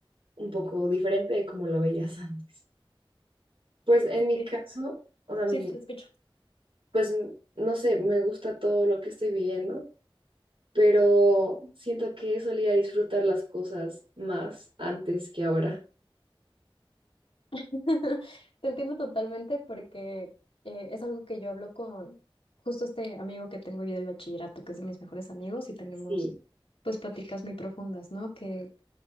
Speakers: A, on the right; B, on the left.
A: un poco diferente de como lo veías antes. Pues en mi
B: Sí,
A: caso, o sea,
B: sí,
A: mi,
B: te escucho.
A: pues m- no sé, me gusta todo lo que estoy viviendo, pero siento que solía disfrutar las cosas más antes que ahora.
B: <laughs> Te entiendo totalmente porque eh, es algo que yo hablo con justo este amigo que tengo yo del bachillerato, que es de mis mejores amigos, y tenemos
A: Sí,
B: pues pláticas muy profundas, ¿no? Que